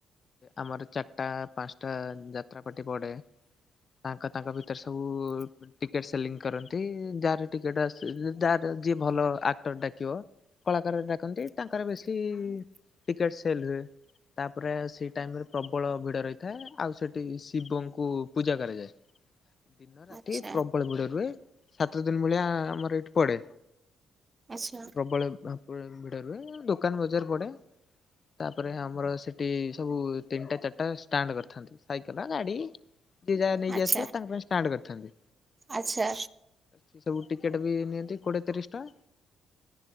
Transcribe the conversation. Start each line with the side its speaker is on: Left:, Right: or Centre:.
Left: ଆମର ଚାରଟା ପାଞ୍ଚଟା ଯାତ୍ରାପାଟି ପଡେ। ତାଙ୍କ ତାଙ୍କ ଭିତରେ ସବୁ ଟିକେଟ ସେଲିଂ କରନ୍ତି ତି ଯାହାର ଟିକେଟ ଆସ- ଯାହର ଯିଏ ଭଲ ଆକ୍ଟର ଡାକିବ। କଳାକାର ଡାକନ୍ତି। ତାଙ୍କର ବେଶୀ ଟିକେଟ ସେଲ ହୁଏ। ତାପରେ ସେଇ ଟାଇମ ରେ ପ୍ରବଳ ଭିଡ ରହିଥାଏ। ଆଉ ସେଠି ଶିବଙ୍କୁ ପୂଜା କରାଯାଏ। ଦିନ ରାତି
Right: ଆଚ୍ଛା
Left: ପ୍ରବଳ ଭିଡ ରୁହେ। ସାତ ଦିନ ଭଳିଆ ଆମର ଏଇଠି ପଡେ।
Right: ଆଚ୍ଛା
Left: ପ୍ରବଳ ଭାବେ ଭିଡ ରୁହେ। ଦୋକାନ ବଜାର ପଡେ। ତାପରେ ଆମର ସେଠି ସବୁ ତିନଟା ଚାରଟା ଷ୍ଟାଣ୍ଡ କରିଥାନ୍ତି।। ସାଇକେଲ ଗାଡି ଯିଏ ଯାହା ନେଇକି
Right: ଆଚ୍ଛା
Left: ଆସିଲା ତାଙ୍କ ପାଇଁ ଷ୍ଟାଣ୍ଡ କରିଥାନ୍ତି।
Right: ଆଚ୍ଛା
Left: ସେ ସବୁ ଟିକେଟ ବି ନିଅନ୍ତି କୋଡିଏ ତିରିଶ ଟଙ୍କା।